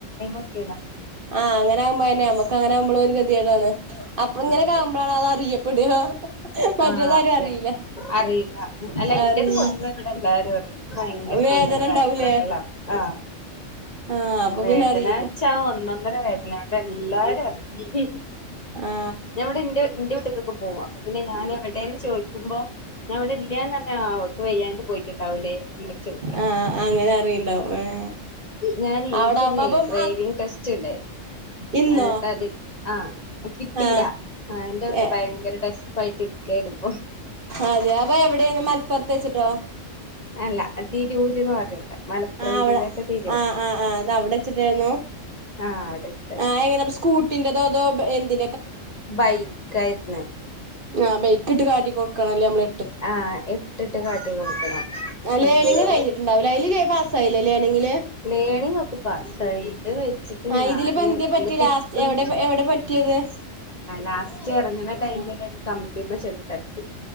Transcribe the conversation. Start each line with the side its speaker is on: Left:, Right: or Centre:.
Left: ഒക്കെക്ക
Right: ആ അങ്ങനെ ആകുമ്പോ തന്നെ നമ്മക്ക് അങ്ങനെ ആവുമ്പോള ഒരു ഗതിയായിടാണ് അപ്പള ഇങ്ങനെക്കെ
Left: അതെ
Right: ആമ്പോഴാണ് അത് അറിയപ്പെടുക മറ്റുള്ളോരെ
Left: ആഹ് അതെ
Right: അറിയില്ല
Left: അറിയില്ല അല്ല ഇന്റേത്
Right: അറിയില്ല
Left: പൊതുവെ ഇവിടെ എല്ലാരും അറ ഭയങ്കര
Right: വേദന
Left: പെയിനും കാര്യങ്ങളൊക്കെ
Right: ഉണ്ടാവൂലേ
Left: ഉള്ളാണ് ആ
Right: ആ അപ്പൊ
Left: വേദന
Right: പിന്നെ അറിയും
Left: വച്ചാ ഒന്ന വേദനവിടെ എല്ലാരും അറിയ
Right: ആ
Left: ഞൻടെ ഇ ഇന്ത്യ വീട്ടക്കൊക്കെ പോവ പിന്നെ ഞാൻ എവിടെന്ന് ചോദിക്കുമ്പോ ഞാൻ അവിടെ ഇല്ലന്ന് തന്നെ അവക്ക് വയ്യാ് പോയിട്ടുണ്ടാവൂലേ എന്നൊരു ചോദ്യം
Right: ആഹ അങ്ങനെ അറിയണ്ടാവും ഏ
Left: ഞാൻ എനിക്കന്ന
Right: അവിടെ ആവുമ്പോ അപ്പം
Left: ഡ്രൈവിങ് ടെസ്റ്റ് ഉണ്ടായിരുന്നു
Right: ഇന്നോ
Left: എന്നട്ട അത് ആഹ കിട്ടീയില്ല
Right: ആ
Left: അന്റെ
Right: ഏ
Left: ഭയങ്കര പോയിട്ടക്ക എടുപ്പ
Right: അതെ അപ്പൊ എവിടെന്ന് മലപ്പുറത്ത് വെച്ചിട്ടോ
Left: അല്ല തീര ഊര്ന്ന് പറഞ്ഞു ഇവിടെ മലപ്പുറം
Right: ആ് അവിടെ
Left: ജില്ലത്തെ തിരൂർ
Right: ആഹ ആഹ് ആ് അത് അവിടെ വച്ചിട്ടായിന്നോ
Left: ആഹ് അവിടെ
Right: ആഹ് എങ്ങനെ സ്കൂട്ടിന്റെറതോ അതോ എന്ന്റെ
Left: ബൈ കൈ ന
Right: ആ ബെയക്കിട്ട് കാട്ടിക്ക കൊടുക്കണംണല്ലേ നമ്മള
Left: ആഹ എട്ടിട്ട് കാട്ടി കൊടുക്കണം
Right: ആഹ് ലേണിങ്
Left: അയ്യോ
Right: കഴിഞ്ഞിട്ടുണ്ടാവൂലേ അയില് പാസ്സായില്ലേ ലേണിങ്ങില്
Left: ലേണി നോക്ക് പസായിട്ട് വെച്ചിട്ട്
Right: ആഹ്
Left: ഞാൻ
Right: ഇതിലിപ്പോ എന്തേ പറ്റി
Left: അന്ന് കിട്ടും
Right: ലാസ്റ്റ് എവിടെ എവിടെ പറ്റിയത്
Left: ലാസ്റ്റ് ഇറങ്ങുന്ന ടൈമിൽ കമ്പിമ്മ ചെന്ന് തട്ടി